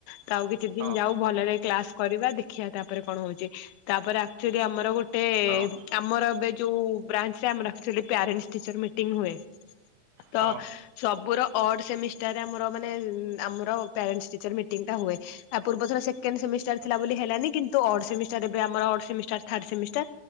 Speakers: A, on the left; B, on the right.
A: ତ ଆଉ କିଛି ଦିନ
B: ହଁ
A: ଯାଉ ଭଲରେ କ୍ଲାସ କରିବା ଦେଖିବା ତାପରେ କଣ ହଉଛି, ତାପରେ ଆକ୍ଚୁଲି ଆମର ଗୋଟେ, ଏ
B: ହଁ
A: ଆମର ଏବେ ଯୋଉ ବ୍ରାଞ୍ଚରେ ଆମର ଆକଚୁଆଲି ପ୍ୟାରେଣ୍ଟ ଟିଚର ମିଟିଙ୍ଗ ହୁଏ, ତ
B: ହଁ ହଁ ହଁ
A: ସବୁର ଅଡ୍ ସେମିଷ୍ଟାରରେ ଆମର ମାନେ ଉ ଆମର ପ୍ୟାରେଣ୍ଟ ଟିଚରସ ମିଟିଙ୍ଗ ଟା ହୁଏ, ଇଆ ପୂର୍ବଥର ସେକେଣ୍ଡ ସେମିଷ୍ଟାର ଥିଲା। ଥିଲା ବୋଲି ହେଲାନି କିନ୍ତୁ ଅଡ଼ ସେମିଷ୍ଟାର ଏବେ ଆମର ଅଡ଼ ସେମିଷ୍ଟାର ଥାର୍ଡ଼ ସେମିଷ୍ଟାର